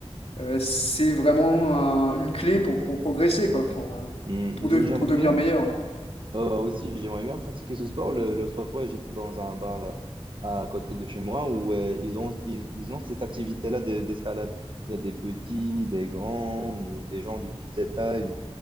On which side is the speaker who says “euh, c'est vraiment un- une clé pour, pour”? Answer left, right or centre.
Left